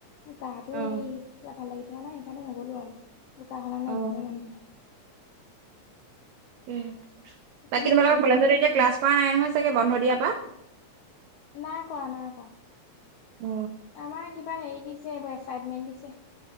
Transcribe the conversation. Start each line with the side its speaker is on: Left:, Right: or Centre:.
Left: মোৰ গাো
Right: অ
Left: হে কিবা ভাল লাগি থকা নাই সেইকাৰণে নগলো আৰু। বোকাখনত ন
Right: অ
Left: আহমিবলৈ মন যোৱা হয়।
Right: উম
Left: তুমি
Right: বাকী তোমালোকৰ
Left: কি কৰিছা
Right: কলেজত এতিয়া ক্লাছ কৰা নাই নহয় চাগে বন্ধ দিয়াৰ পৰা
Left: নাই কৰাৱা নাই কোৱা
Right: অ
Left: আমাৰ কিবা হেৰি দিছে এইবোৰ এচাইনমেন্ট দিছে